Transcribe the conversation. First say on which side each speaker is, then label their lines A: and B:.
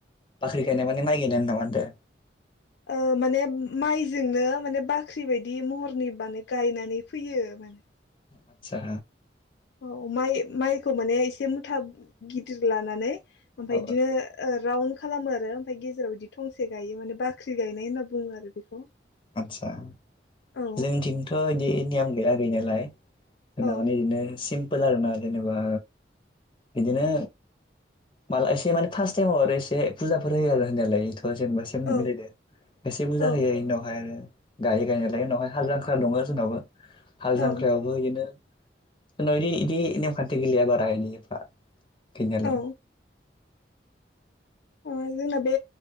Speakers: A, on the left (about 25°); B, on the left (about 70°).
A: बाख्रि गायनाय माने माइ गायनायानो नामा होनदो
B: ओ माने माइजोंनो माने बाख्रि बायदि महरनि माने गायनानै फैयो माने
A: आतसा
B: औ अ माइ-माइखौ माने एसे मुथा गिदिर लानानै ओमफाय
A: औ
B: बिदिनो ओ राउन्ड खालामो आरो ओमफ्राय गेजेराव बिदि थंसे गायो माने बाख्रि गायनाय होनना बुङो आरो बेखौ
A: आतसा
B: औ
A: जोंथिंथ बिदि नियम गैया गैनायालाय जोंना
B: औ
A: माने बिदिनो सिम्पोल आरो ना जेनेबा बिदिनो मा एसे माने फार्स्ट टाइमाव आरो एसे फुजाफोर होयो आरो होनायालाय जेनेबा सेम
B: औ
A: मिलायदो एसे बुरजा
B: औ
A: होयो इनि उनाव आरो गायो गायनायालाय उनावहाय हाल जांख्रा दङ जोंनावबो हाल जांख‌रायावबो
B: औ
A: इदिनो जोंनाव इदि-इदि नेम खानथि गैलाया बारा इदि एफा गैयालाय
B: औ अ जोंना बे